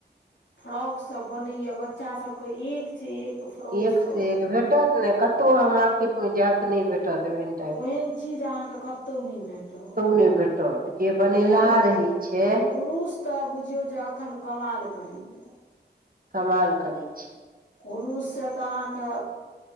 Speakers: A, on the left (about 90°); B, on the right (about 50°).
A: फ्रॉक सब बनैये बच्चा सबके एक से एक। फ्रॉक
B: एक
A: सब
B: से एक भेटत ने कतहु अहाँ मार्केट मे जायब तऽ नय भेटत ऐहन।
A: ओहेन चीज अहाँके कतौ नय भेटत।
B: कतौ भेटत जे। बनेलहा
A: कुरु
B: रहै छै
A: कुरुस तऽ बुझियौ जे एखन कमाल करैयै।
B: कमाल करै छै।
A: कुरुश से तऽ अहाँके